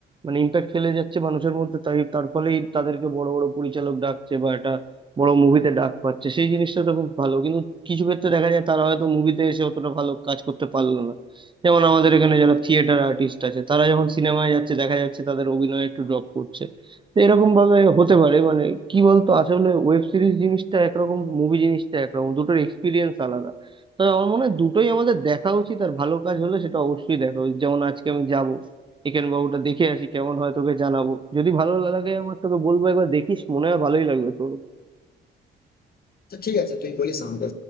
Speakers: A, on the right (about 25°); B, on the left (about 50°).
A: মানে ইম্প্যাক্ট ফেলে যাচ্ছে মানুষের মধ্যে তাই তার ফলেই তাদেরকে বড় বড় পরিচালক ডাকছে বা একটা বড় মুভিতে ডাক পাচ্ছে সেই জিনিসটা তো খুব ভালো কিন্তু কিছু ক্ষেত্রে দেখা যায় তারা হয়তো মুভিতে এসে অতটা ভালো কাজ করতে পারলো না যেমন আমাদের এখানে যারা থিয়েটার আর্টিস্ট আছে তারা যখন সিনেমায় যাচ্ছে দেখা যাচ্ছে তাদের অভিনয় একটু ড্রপ করছে তো এরকম ভাবে হতে পারে মানে কি বলতো আসলে ওয়েব সিরিজ জিনিসটা একরকম মুভি জিনিসটা একরকম দুটোর এক্সপিরিয়েন্স আলাদা তবে আমার মনে হয় দুটোই আমাদের দেখা উচিত আর ভালো কাজ হলে সেটা অবশ্যই দেখা উচিত যেমন আজকে আমি যাব একেন বাবুটা দেখে আসি কেমন হয় তোকে জানাবো যদি ভালো লাগে আমার তোকে বলবো একবার দেখিস মনে হয় ভালোই লাগবে তোর
B: আচ্ছা ঠিক আছে তুই বলিস আমাকে